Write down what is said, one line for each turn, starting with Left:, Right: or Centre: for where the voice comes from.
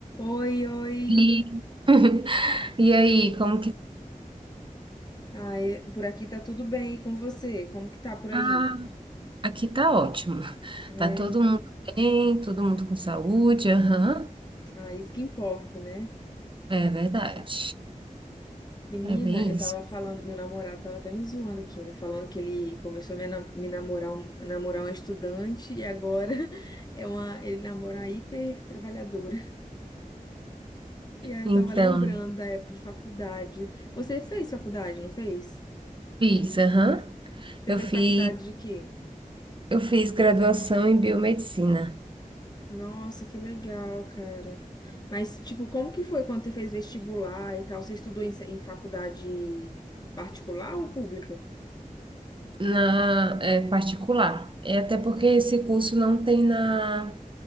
Left: Oi, oi.
Right: E, <laughs> e aí, como que
Left: Ai, por aqui tá tudo bem e com você? Como que tá por aí?
Right: Ah, aqui tá ótimo.
Left: É,
Right: Tá todo mundo bem, todo mundo com saúde, aham.
Left: ah, isso que importa, né?
Right: É verdade.
Left: Menina,
Right: É bem
Left: eu tava
Right: isso.
Left: falando, meu namorado tava até me zoando aqui, né? Falando que ele começou a me na- me namorar, um, namorar uma estudante e agora <laughs> é uma, ele namora uma hiper trabalhadora. E aí
Right: Então,
Left: eu tava lembrando da época de faculdade. Você fez faculdade, não fez?
Right: fiz, aham.
Left: Você
Right: Eu
Left: fez
Right: fiz,
Left: faculdade de quê?
Right: eu fiz graduação em biomedicina
Left: Nossa, que legal, cara. Mas, tipo, como que foi quando você fez vestibular e tal? Você estudou em, em faculdade particular ou pública?
Right: na é, particular. É até porque esse curso não tem na